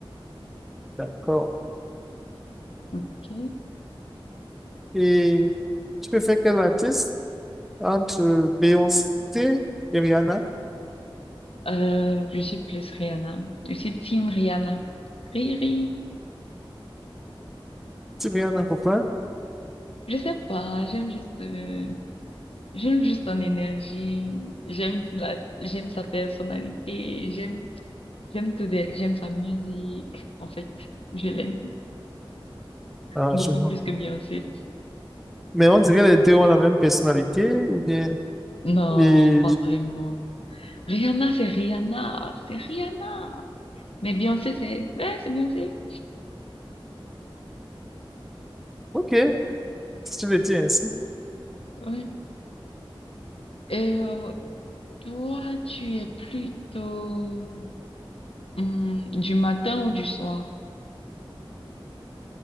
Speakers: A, in the centre; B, on the left.
A: D'accord.
B: Ok.
A: Et tu préfères quel artiste entre Beyoncé et Rihanna?
B: Euh, je suis plus Rihanna. Je suis team Rihanna. Riri.
A: C'est bien, non, pourquoi?
B: Je sais pas, j'aime juste, euh, j'aime juste son énergie, j'aime la, j'aime sa personnalité, j'aime, j'aime tout d'elle, j'aime sa musique. En fait, je l'aime
A: Ah,
B: beaucoup
A: je vois.
B: plus que Beyoncé.
A: Mais on dirait les deux ont la même personnalité, ou bien...
B: Non,
A: Et...
B: pas vraiment. Rihanna, c'est Rihanna, c'est Rihanna. Mais Beyoncé, c'est, ouais, c'est Beyoncé.
A: Ok, si tu le dis ainsi.
B: Ouais. Et euh, toi, tu es plutôt hum, du matin ou du soir?